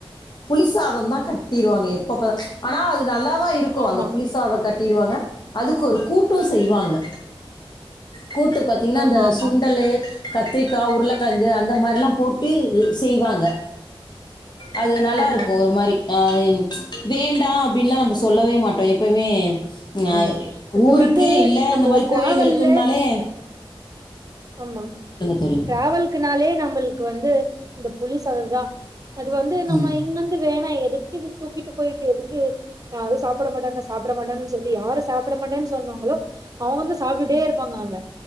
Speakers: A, on the left; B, on the right.
A: புலி சாதம்தான் கட்டிருவாங்க எப்பபாரு ஆனா அது நல்லா தான் இருக்கும்
B: ஆமா
A: அந்த புலிசாதம் கட்டிடுவாங்க அதுக்கு ஒரு கூட்டும் செய்வாங்க கூட்டு பார்த்தீங்கன்னா
B: ஆமா
A: அந்த
B: ஆமா
A: சுண்டலு கத்திரிக்கா உருளக் வந்து அந்த மாதிரிலாபோட்டு செய்வாங்க அது நல்லாயிருகோ
B: ஆமா
A: ஒரு மாதிரி ஆஹ் வேண்டாம் அப்படி எல்லா நம்ம
B: ஆமா
A: சொல்லவே மாட்டோம் பெமே அஹ
B: ஆமா. அது
A: ஊருக்கு
B: வந்து
A: இல்ல
B: நம்மளுக்கு
A: இந்த மாதிரி
B: டிராவல்ல
A: கோயிலூகளுக்கு னாலே
B: ஆமா
A: தோழி
B: டிரவலுகனாலே நம்ம க்கு வந்து இந்த புலிசாதம் தான் அது வந்து நம்ம
A: ம்
B: இங்கிருந்து வேண ஆ எதுக்கு இது தூக்கிட்டு போயிட்டேது யாரும் சாப்பிட மாட்டாங்க சாப்பிட மாட்டங்கன்னு சொல்லி யாரும் சாப்பிட மாட்டேன்னு சொன்னாங்களோ அவ வந்து சாப்பிட்டே இருக்கு பாங்காங்க